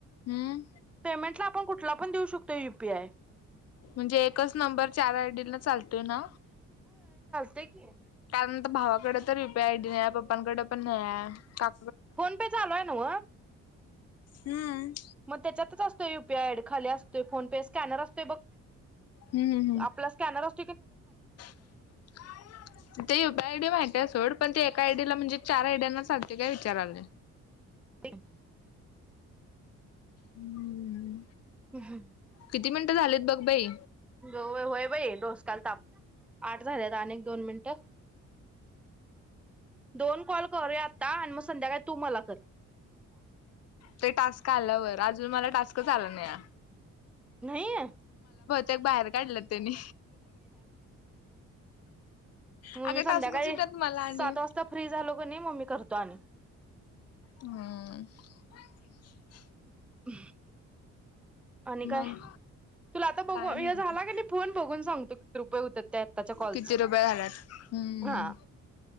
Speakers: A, on the left; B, in the centre.
A: हम्म
B: पेमेंटला आपण कुठला पण देऊ शकतोय यु पी आय.
A: म्हंजे एकच नंबर चार आय डी ला चालतोय ना?
B: ते <unintelligible>
A: कारण त भावा कड तर यू पी आय डी नाहीय पप्पांकड पण नाहीय का
B: फोन पे चालू आहे नव?
A: हम्.
B: मग त्याच्यातच असतोय U P I. I D खाली असतोय. फोन पे स्कॅनर असतोय बघ
A: हम्म हम्म हम्म.
B: आपला स्कॅनर अस
A: <inaudible> ते U P I. I D माहिती सोड पण ते एका आयडीला म्हणजे चार आयड्यांना चालते काय विचारालोय.
B: ते
A: हम्म.
B: उ हम्.
A: किती मिनटं झालेत बघ बाई.
B: ग होय बाई डोसक्याला ताप आठ झाल्यात अनेक दोन मिनिटं. दोन कॉल करूया आता आणि म <unintelligible> संध्याकाळी तू मला कर. <inaudible>
A: ते टास्क आल्यावर अजून मला टास्कच आला नाहीयाय.
B: नाहीये?
A: तेक बाहेर काढलेत त्यांनी.
B: तुम्ही
A: अगं
B: संध्याकाळी
A: टास्कच येतात मला
B: सात
A: आणि
B: वाजता फ्री झालो कनी म मी करतो आणि.
A: हम्म. <inaudible>
B: <inaudible> आणि काय?
A: मग
B: तुला आता बघू
A: काय नाही
B: हे झाला
A: बघ
B: कनी फोन बघून सांगतो किती रुपये होत्यात त्या आताच्या कॉलचे.
A: किती रुपये झाल्यात हम्म
B: हा